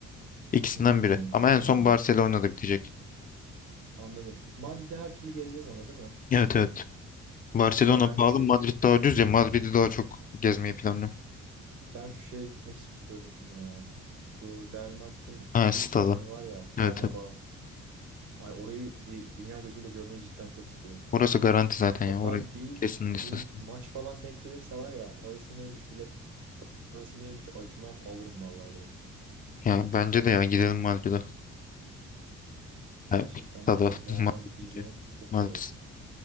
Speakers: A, on the left (about 30°); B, on the right (about 75°).
A: İkisinden
B: Hmm,
A: biri. Ama
B: anladım.
A: en son Barcelona'da bitecek.
B: Anladım. Madrid'de her türlü gezeceğiz ama değil mi?
A: Evet evet. Barcelona
B: Ya ben
A: pahalı,
B: şu şey
A: Madrid daha ucuz ya. Madrid'i daha çok gezmeyi planlıyorum.
B: ben şu şeye gitmek istiyorum ya. Bu Real Madrid'in
A: Ha, stada.
B: stadyumu var ya
A: Evet
B: Bernabéu.
A: evet.
B: Ay orayı bir dünya gözüyle görmeyi cidden çok istiyorum.
A: Orası garanti zaten
B: Hatta
A: ya. Orası
B: bir
A: kesin listesi.
B: bir maç falan denk gelirse var ya parası neymiş bilet parası neymiş acımam alırım vallahi direkt.
A: Ya bence de ya gidelim Madrid'e. Ya,
B: Gerçekten
A: stada.
B: bir Real
A: <laughs> Madrid.
B: Madrid'i izlemek çok
A: Madrid.
B: iyi olur.